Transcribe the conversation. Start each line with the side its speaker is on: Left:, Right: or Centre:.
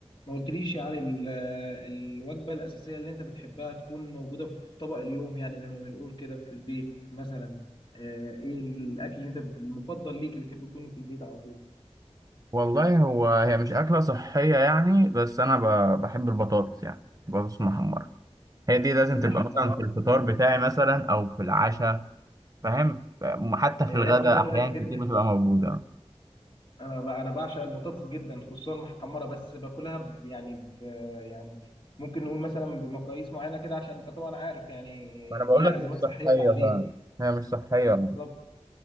Left: ما قلتليش يعني ال- الوجبة الأساسية اللي أنت بتحبها تكون موجودة في طبق اليوم يعني زي ما بنقول كده في البيت مثلا آه، إيه الأكل اللي أنت المفضل ليك اللي بتحب يكون في البيت على طول؟
Right: والله هو هي مش أكلة صحية يعني بس أنا ب- بحب البطاطس يعني بطاطس محمرة هي دي لازم
Left: المحمرة
Right: تبقى مثلا في الفطار بتاعي مثلا أو في العشاء فاهم ف- حتى
Left: هي
Right: في الغداء
Left: وجبة جامدة
Right: أحيان
Left: جدا
Right: كتير بتبقى موجودة
Left: أنا ب- أنا بعشق البطاطس جدا خصوصا المحمرة بس باكلها ب- يعني ب يعني ممكن نقول مثلا بمقاييس معينة كده عشان أنت طبعا عارف يعني
Right: ما أنا بقول
Left: ليها
Right: لك مش
Left: أزمات
Right: صحية
Left: صحية بعدين
Right: فعلا هي مش صحية
Left: آه، بالظبط
Right: يعني.